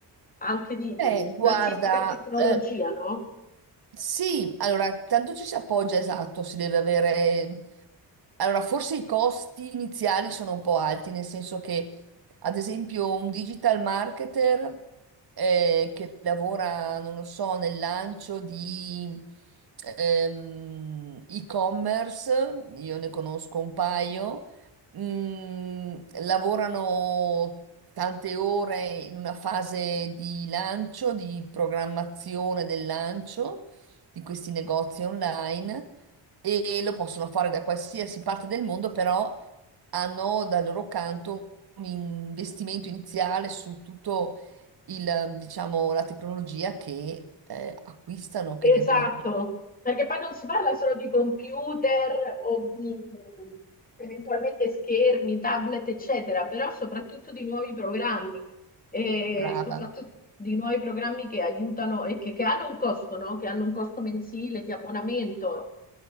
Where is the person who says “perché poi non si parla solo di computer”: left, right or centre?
Left